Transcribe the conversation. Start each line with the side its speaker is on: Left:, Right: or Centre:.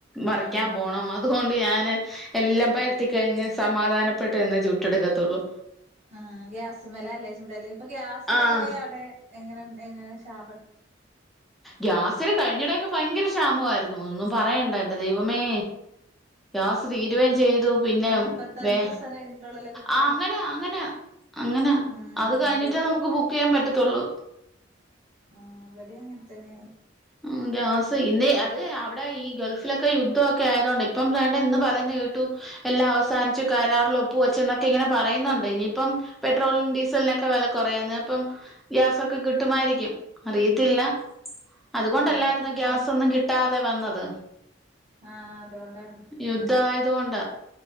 Centre: മറക്കാൻ
Right: ആഹ്
Centre: പോണം അതുകൊണ്ട് ഞാന് എല്ലാം പരത്തി കഴിഞ്ഞ് സമാധാനപ്പെട്ട് തന്നെ ചുട്ടെടുക്കത്തുള്ളൂ
Right: ആ ഗ്യാസ് മല അല്ലേ ചൂടല് ഇപ്പൊ ഗ്യാസിന
Centre: ആഹ്
Right: എങ്ങനെ അവിടെ എങ്ങനെ എങ്ങനെ ക്ഷാമ
Centre: ഗ്യാസിന് കഴിഞ്ഞിടൊക്കെ ഭയങ്കര ക്ഷാമമായിരുന്നു ഒന്നും പറയണ്ട എൻ്റെ ദൈവമേ ഗ്യാസ് തീരുകയും ചെയ്തു പിന്നെ
Right: നാപ്പത്തഞ്ച്
Centre: വേ
Right: ദിവസം കഴിഞ്ഞിട്ടുള്ളല്ലോ കിട്ടാ
Centre: ആ അങ്ങനെ അങ്ങനെയ അങ്ങനാ
Right: ആ
Centre: അത് കഴിഞ്ഞിട്ടേ
Right: ഇവിടെ
Centre: നമുക്ക് ബുക്ക് ചെയ്യാൻ പറ്റത്തുള്ളൂ
Right: ആഹവിടെ അങ്ങനെത്തനെയ
Centre: ഉ ഗ്യാസ് ഇന്ന അത് അവിടെ ഈ ഗൾഫിലൊക്കെ യുദ്ധമൊക്കെ ആയതോണ്ട് ഇപ്പം വേണ്ട ഇന്ന് പറയുന്ന കേട്ടു എല്ലാം അവസാനി ച്ചു കരാറിൽ ഒപ്പ് വെച്ചു എന്നൊക്കെ ഇങ്ങനെ പറയുന്നുണ്ട് ഇനിയിപ്പം പെട്രോളും ഡീസ സൽനൊക്കെ വില കുറയാന്ന് ഇപ്പം ഗ്യാസൊക്കെ കിട്ടുമായിരിക്കും അറിയത്തില്ല അതുകൊണ്ടല്ലായിരുന്നൊഗ്യാസ
Right: ആ ഗ്യാസ്
Centre: ഒന്നും കിട്ടാതെ വന്നത്
Right: ആ അതുകൊണ്ടാണ്
Centre: യുദ്ധമായതുകൊണ്ട